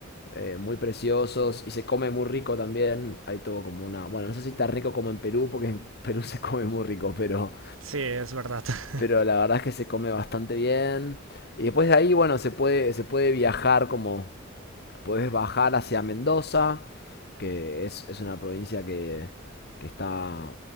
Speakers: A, on the left; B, on the right.
A: eh, muy preciosos y se come muy rico también. Hay todo como una... Bueno, no sé si tan rico como en Perú, porque en <laughs> Perú se come muy rico, pero,
B: Sí, es verdad. <laughs>
A: pero la verdad es que se come bastante bien. Y después de ahí, bueno, se puede, se puede viajar como Podés bajar hacia Mendoza, que es, es una provincia que, que está